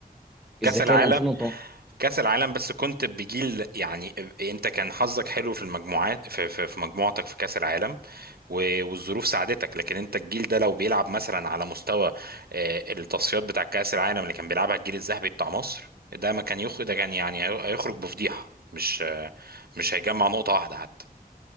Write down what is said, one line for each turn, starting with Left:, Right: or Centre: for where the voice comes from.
Right: كأس
Centre: إذا كان
Right: العالم
Centre: 2018
Right: كأس العالم بس كنت بجيل يعني انت كان حظك حلو في المجموعات في, في, في مجموعتك في كأس العالم و- والظروف ساعدتك لكن انت الجيل ده لو بيلعب مثلا على مستوى آه، التصفيات بتاع كأس العالم اللي كان بيلعبها الجيل الذهبي بتاع مصر ده ما كان يخرج ده كان يعني هي- هيخرج بفضيحة مش آه، مش هيجمع نقطة واحدة حتى